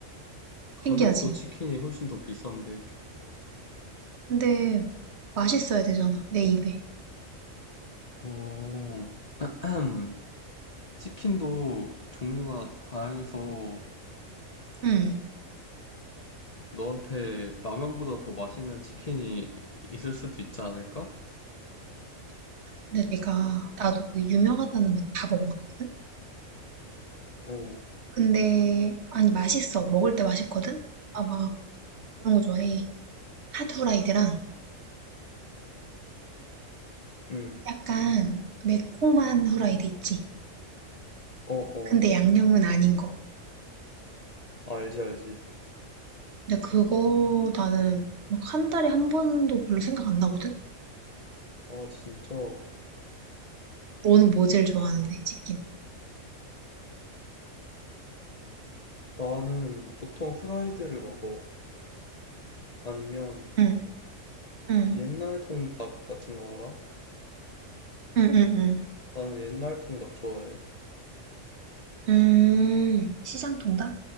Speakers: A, on the left; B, on the right.
A: 가격도
B: 신기하지.
A: 치킨이 훨씬 더 비싼데.
B: 근데 맛있어야 되잖아, 내 입에.
A: 어, <clears throat> 치킨도 종류가 다양해서
B: 응.
A: 너한테 라면보다 더 맛있는 치킨이 있을 수도 있지 않을까?
B: 근데 내가, 나도 그 유명하다는 건 다 먹어봤거든?
A: 어,
B: 근데 아니 맛있어. 먹을 때 맛있거든. 나 막 그런 거 좋아해. 핫 후라이드랑
A: 응,
B: 약간 매콤한 후라이드 있지.
A: 어, 어,
B: 근데 양념은 아닌 거.
A: 알지, 알지.
B: 근데 그거 나는 막 한 달에 한 번도 별로 생각 안 나거든.
A: 어, 진짜.
B: 너는 뭐 제일 좋아하는데? 치킨.
A: 나는 보통 후라이드를 먹어. 아니면
B: 응, 응,
A: 옛날 통닭 같은 거 알아?
B: 응, 응, 응.
A: 나는 옛날 통닭 좋아해.
B: 음, 시장 통닭?